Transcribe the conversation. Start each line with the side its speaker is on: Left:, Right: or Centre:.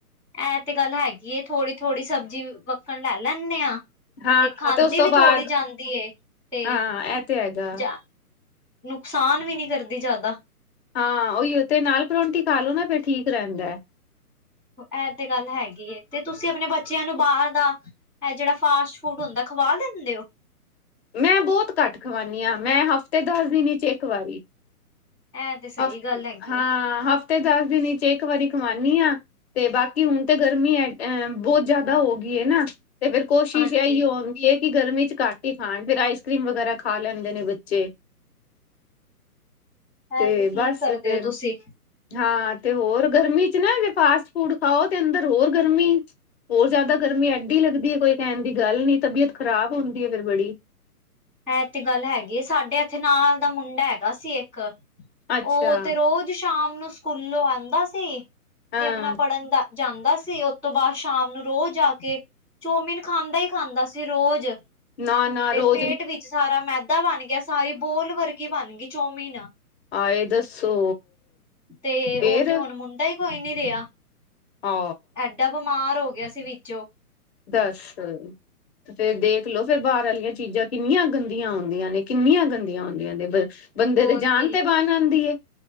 Centre: ਐਂ ਤੇ ਗੱਲ ਹੈਗੀ ਥੋੜ੍ਹੀ- ਥੋੜ੍ਹੀ ਸਬਜ਼ੀ ਵੱਕਣ ਲੈ ਲੈਂਨੇ ਆਂ।
Left: ਹਾਂ
Centre: ਤੇ ਖਾਂਦੀ
Left: ਉਸ ਤੋਂ
Centre: ਵੀ
Left: ਬਾਅਦ
Centre: ਥੋੜ੍ਹੀ ਜਾਂਦੀ ਏ ਤੇ
Left: ਹਾਂ ਇਹ ਤੇ ਹੈਗਾ
Centre: ਜਾ ਨੁਕਸਾਨ ਵੀ ਨੀ ਕਰਦੀ ਜਾਦਾ
Left: ਹਾਂ, ਉਈ ਓ ਤੇ ਨਾਲ ਪਰੌਂਠੀ ਖਾ ਲੋ ਨਾ ਫੇਰ ਠੀਕ ਰੈਂਦੈ।
Centre: ਐ ਤੇ ਗੱਲ ਹੈਗੀ ਏ ਤੇ ਤੁਸੀਂ ਆਪਣੇ ਬੱਚਿਆਂ ਨੂੰ ਬਾਰ ਦਾ ਏ ਜੇੜਾ ਫਾਸਟ ਫੂਡ ਹੁੰਦੈ ਖਵਾ ਲੈਂਦੇ ਓ।
Left: ਮੈਂ ਬੋਤ ਕੱਟ ਖਵਾਨੀ ਆਂ, ਮੈਂ ਹਫਤੇ ਦਸ ਦੇਨ ਈਚ ਏਕ ਵਾਰੀ
Centre: ਇਹ ਤੇ ਸਹੀ
Left: ਹਫ,
Centre: ਗੱਲ ਹੈਗੀ
Left: ਹਾਂ
Centre: ਏ।
Left: ਹਫ਼ਤੇ ਦਸ ਦਿਨ ਏਚ ਏਕ ਵਾਰੀ ਖਵਾਨੀ ਆਂ। ਤੇ ਬਾਕੀ ਹੁਣ ਤੇ ਗਰਮੀ ਅ ਬੋਤ ਜਾਦਾ ਹੋ ਗਈ ਐ ਨਾ ਤੇ ਫੇਰ ਕੋਸ਼ਿਸ਼
Centre: ਹਾਂਜੀ।
Left: ਐਈ ਓ ਉਂਦੀ ਐ ਕਿ ਗਰਮੀ 'ਚ ਘੱਟ ਈ ਖਾਣ ਫੇਰ ਆਈਸਕ੍ਰੀਮ ਵਗੈਰਾ ਖਾ ਲੈਂਦੇ ਨੇ ਬੱਚੇ
Centre: ਇਹ
Left: ਤੇ
Centre: ਠੀਕ
Left: ਬੱਸ
Centre: ਕਰਦੇ
Left: ਫੇਰ
Centre: ਹੋ ਤੁਸੀਂ
Left: ਹਾਂ ਤੇ ਹੋਰ ਗਰਮੀ 'ਚ ਨਾ ਜੇ ਫਾਸਟ ਫੂਡ ਖਾਓ ਤੇ ਅੰਦਰ ਔਰ ਗਰਮੀ ਹੋਰ ਜਾਦਾ ਗਰਮੀ ਐਡੀ ਲੱਗਦੀ ਏ ਕੋਈ ਕੈਣ ਦੀ ਗਲ ਨੀ ਤਬੀਅਤ ਖਰਾਬ ਉਂਦੀ ਏ ਫਿਰ ਬੜੀ
Centre: ਐ ਤੇ ਗੱਲ ਹੈਗੀ ਏ, ਸਾਡੇ ਇੱਥੇ ਨਾਲ ਦਾ ਮੁੰਡਾ ਐਗਾ ਸੀ ਇੱਕ
Left: ਅੱਛਾ
Centre: ਓ ਤੇ ਰੋਜ ਸ਼ਾਮ ਨੂੰ ਸਕੂਲੋਂ ਆਂਦਾ ਸੀ
Left: ਹਾਂ
Centre: ਤੇ ਆਪਣਾ ਪੜ੍ਹਨ ਦਾ ਜਾਂਦਾ ਸੀ, ਓਸ ਤੋਂ ਬਾਅਦ ਸ਼ਾਮ ਨੂੰ ਰੋਜ ਆ ਕੇ ਚੌਮਿਨ ਖਾਂਦਾ ਈ ਖਾਂਦਾ ਸੀ ਰੋਜ
Left: ਨਾ ਨਾ ਰੋਜ
Centre: ਪੇਟ ਵਿੱਚ ਸਾਰਾ ਮੈਦਾ ਬਣ ਗਿਆ ਸਾਰੀ ਬੋਲ ਵਰਗੀ ਬਨ ਗੀ ਚੋਮੀਨ
Left: ਆਏ ਦੱਸੋ
Centre: ਤੇ
Left: ਫੇਰ
Centre: ਓ ਤੇ ਹੁਣ ਮੁੰਡਾ ਈ ਕੋਈ ਨੀ ਰਿਆ।
Left: ਹਾ
Centre: ਐਡਾ ਬਿਮਾਰ ਹੋ ਗਿਆ ਸੀ ਵਿੱਚੋਂ
Left: ਦੱਸ ਤੇ ਫੇਰ ਦੇਕਲੋ ਫੇਰ ਬਾਰ ਆਲੀਆਂ ਚੀਜ਼ਾਂ ਕਿੰਨੀਆਂ ਗੰਦੀਆਂ ਉਂਦੀਆਂ ਨੇ ਕਿੰਨੀਆਂ ਗੰਦੀਆਂ ਉਂਦੀਆਂ ਨੇ ਬੰਦੇ
Centre: ਹੋਰ
Left: ਦੀ ਜਾਨ
Centre: ਕੀ
Left: ਤੇ ਬਨ ਆਂਦੀ ਏ